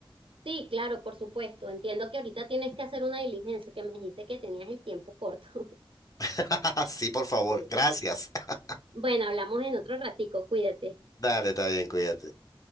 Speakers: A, on the right; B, on the left.
A: Sí, claro, por supuesto. Entiendo que ahorita tienes que hacer una diligencia, que me dijiste que tenías el tiempo corto. <laughs>
B: <laughs> Sí, por favor.
A: Sí.
B: Gracias. <laughs>
A: Bueno, hablamos en otro ratico, cuídate.
B: Dale, está bien, cuídate.